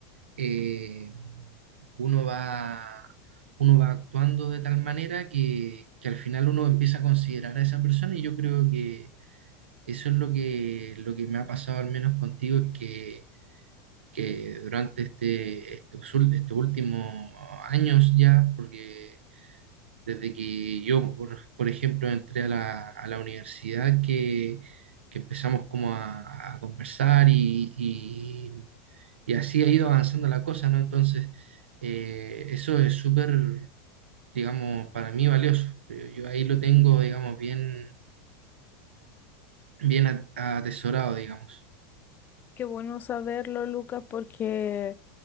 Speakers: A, on the right (about 85°); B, on the left (about 30°).
A: Eh, uno va, uno va actuando de tal manera que, que al final uno empieza a considerar a esa persona y yo creo que Eso es lo que, lo que me ha pasado al menos contigo, es que, que durante este, estos, ul- estos últimos años ya, porque desde que yo, por, por ejemplo, entré a la, a la universidad, que, que empezamos como a, a conversar y, y- y así ha ido avanzando la cosa, ¿no? Entonces, eh, eso es súper, digamos, para mí valioso. Yo, yo ahí lo tengo, digamos, bien, bien a- atesorado, digamos.
B: Qué bueno saberlo, Lucas, porque